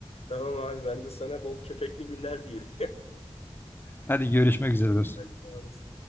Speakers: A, on the left; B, on the left.
A: tamam abi ben de sana bol köpekli günler diyeyim. <laughs>
B: Hadi görüşmek üzere dostum.
A: Hadi sağ olasın.